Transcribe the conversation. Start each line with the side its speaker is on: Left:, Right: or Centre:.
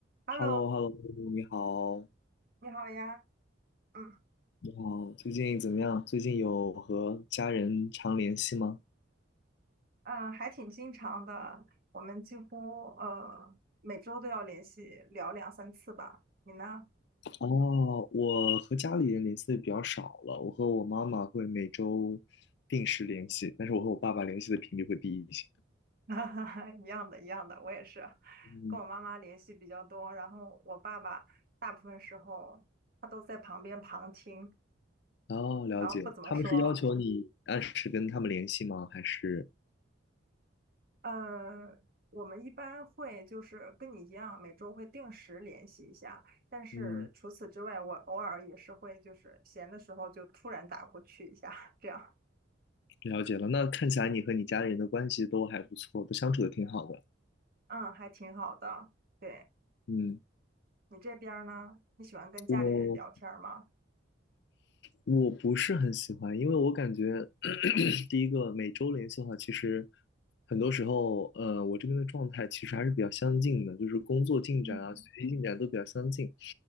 Right: Hello，
Left: h e l l o h e l l o 你好，
Right: 你好呀，嗯嗯，
Left: 你好，最近怎么样？最近有和家人常联系吗？
Right: 呃还挺经常的，我们几乎呃每周都要联系聊两三次吧。你呢？
Left: 哦，我和家里人联系的比较少了，我和我妈妈会每周定时联系，但是我和我爸爸联系的频率会低一些。
Right: <laughs> 一样的，一样的，我也是，
Left: 嗯，
Right: 跟我妈妈联系比较多，然后我爸爸大部分时候他都在旁边旁听，
Left: 哦，了解，
Right: 然后不怎么说。
Left: 他们是要求你按时跟他们联系吗？还是，
Right: 呃，我们一般会就是跟你一样，每周会定时联系一下。但是除此之外，
Left: 嗯，
Right: 我偶尔也是会就是闲的时候就突然打过去一下，这样，
Left: 了解了，那看起来你和你家里人的关系都还不错，都相处的挺好的。
Right: 嗯，还挺好的。对，
Left: 嗯，
Right: 你这边儿呢？你喜欢跟家里人聊天儿吗？
Left: 我。我不是很喜欢，因为我感觉 <clears throat> 第一个每周联系的话，其实很多时候，呃，我这边的状态其实还是比较相近的，就是工作进展啊、
Right: 嗯，
Left: 学习进展都比较相近，